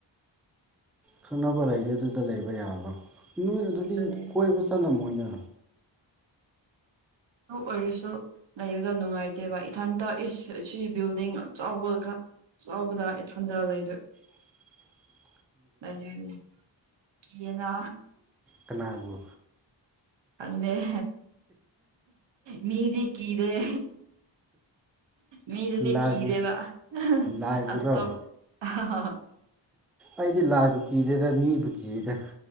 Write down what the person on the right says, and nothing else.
ꯑꯗꯨꯅꯦ
<unintelligible> ꯑꯣꯏꯔꯁꯨ ꯂꯩꯕꯗꫭ ꯅꯨꯡꯉꯥꯏꯇꯦꯕ ꯏꯊꯟꯇ ꯏꯁ ꯁꯤ ꯕꯤꯜꯗꯤꯡ ꯑ ꯆꯥꯎꯕ ꯈꯛ ꯆꯥꯎꯕꯗ ꯏꯊꯟꯗ ꯂꯩꯗꯣꯏ
ꯂꯩꯗꫭꯏꯅꯦ ꯀꯤꯌ‌ꯦꯅ
ꯈꯪꯗ‌ꯦ ꯃꯤꯗꯤ ꯀꯤꯗ‌ꯦ ꯃꯤꯗꯨꯗꯤ
ꯀꯤꯗ‌ꯦꯕ <unintelligible>
ꯑꯇꯣꯞ <unintelligible>